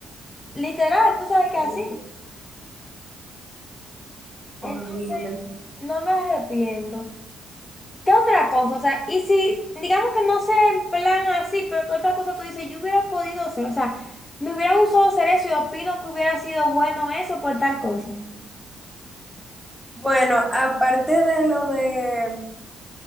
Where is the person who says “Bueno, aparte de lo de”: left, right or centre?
Centre